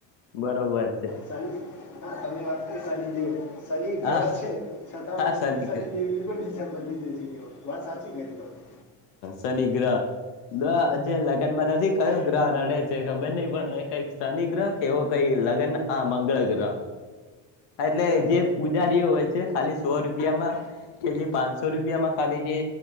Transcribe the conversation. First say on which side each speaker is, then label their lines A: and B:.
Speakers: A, on the left (about 90°); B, on the left (about 45°).
A: બરોબર છે
B: શનિ હા તમે વાત કરી શનિ જેવ શનિ ગ્રહ
A: હા
B: છે છતાં
A: હા શનિ
B: શનિદેવની
A: ગ્રહ
B: પણ ડિસેમ્બર લીધે છે કેવ વાત સાચી કરી તને,
A: શનીગ્રહ ગ્રહ આજે લગ્નમાં નથી કયો ગ્રહ નડે છે ખબર નહિ પણ એ કઈક શનિ ગ્રહ કે એવો કઈ લગન આ મંગળ ગ્રહ એટલે
B: હા.
A: જે પૂજારીઓ હોય છે ખાલી સો રૂપિયામાં કે જે પાંચસો રૂપ એમાં ખાલી જે